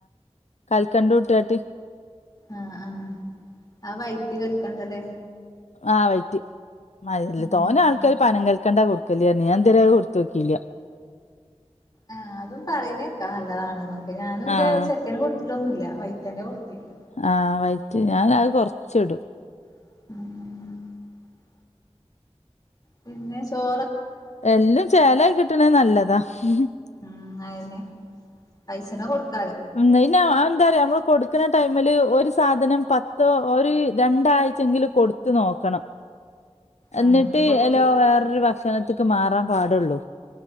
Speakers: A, on the left; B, on the left.
A: കൽക്കണ്ടും ഇട്ടുആട്ടി
B: ആഹ് ആഹ് ആ വൈറ്റ് കൽക്കണ്ടല്ലേ
A: ആഹ് വൈറ്റ് മൽ
B: ഉം
A: തോന ആൾക്കാർ പനകൽ ക്കണ്ടാ കൊടുക്കല് പറഞ്ഞ് ഞാൻ ഇതുവരെ അത് കൊടുത്തോക്കീല്ല
B: ആഹ് അതും പറയുന്നേക്കാ നല്ലതാണ്നൊ ക്കെ ഞാനൂ എന്റെ
A: ആഹ്
B: ചെക്കന് കൊടു ട്ടൊന്നുല്ല വൈത്തന്നെ കൊടുത്തേന്
A: ആഹ് വൈറ്റ് ഞാനത് കൊറച്ച് ഇടും
B: ഉം പിന്നെ ചോറൊ
A: എല്ലാം ചേലായി കിട്ടണേ നല്ലതാ <unintelligible>
B: ഉം അയെന്നെ പൈസേണ കൊടുക്
A: എന്താ പിന്നെ അതെന്താ അറിയോ നമ്മള് കൊടുക്കുന്ന ടൈമില് ഒരു സാധനം പത്തോ ഒരു രണ്ടാഴ്ചെങ്കിലും കൊടുത്ത് നോക്കണം. എന്നിട്ട്
B: ആഹ് കൊടുത്തു
A: എലോ വേറൊരു ഭക്ഷണത്ത്ക്ക് മാറാൻ പാടൊള്ളൂ.